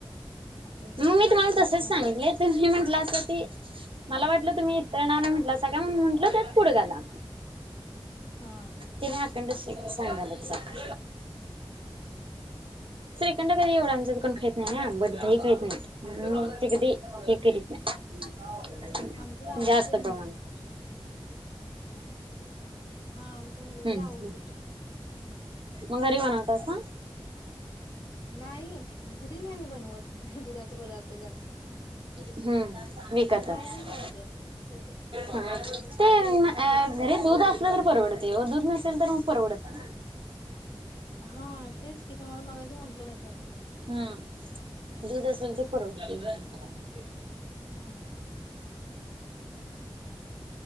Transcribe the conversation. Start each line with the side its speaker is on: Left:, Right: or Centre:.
Left: आपले बदामाचे
Right: मी तुम्हाला
Left: काप
Right: तसच
Left: पण
Right: सांगितले
Left: घालायचे.
Right: तुम्ही म्हणटला अस ते मला वाटलं तुम्ही <unintelligible> म्हंटलासा का मी म म्हटलं त्यात पुड घाला.
Left: हा
Right: तेनि आखंड स सांगायलयात श्रीखंड कधी एवढा आमच्यात कोण खाईत नाही ना आंबट दही खाईत नाईत म्हणून मी ते कधी हे करीत नाही.
Left: आमच्यात आवडतंय
Right: जास्त प्रमाण
Left: मुलग्याला आमच्या. हा आमच्या मुलग्याला
Right: हम्म
Left: आवडतय श्री
Right: मग घरी बनवतासा.
Left: नाई घरी नाही मी बनवत दुधाचे पदार्थ जास्त.
Right: हम्म विकतच
Left: बाहेरचच आणतोय आम्ही
Right: हा
Left: डब्बा
Right: ते न
Left: डब्बा असतात
Right: आ
Left: श्रीखंडचे
Right: दूध
Left: ते.
Right: असलं तर परवडतय ओ दूध नसेल तर मग परवडत ना
Left: हा तेच की तुम्हाला मगाशी म्हटलं नाही काय मी.
Right: हम्म दूध असेल
Left: तसं
Right: तर परवडतय ते करायला.
Left: हम्म